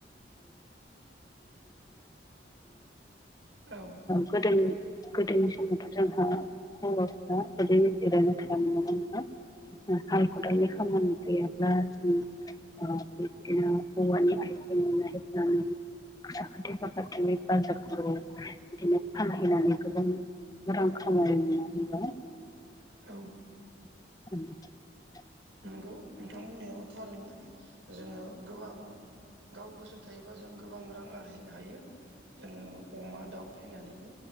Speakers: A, on the right; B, on the left.
A: औ
B: गोदोनि गोदोनि समावथ' जोंहा हौवाफ्रा ओरैनो जिरायना थायोमोन नङा होनबा। हाल खदालनि
A: औ
B: खामानि <inaudible> बिदिनो औवानि आयजें बानायनानै साखाथि फाखाथिनि बानजारफोरबो बिदिनो फानहैनानै गोबां रां खामाय मोनबाय।
A: औ
B: <inaudible>
A: नंगौ नोंथां बुंनायाबो थारैनो जोङो गोबां गाव गोसो थायोबा जों गोबां रां आरजिनो हायो जोङो अमा दाउ फिनानैबो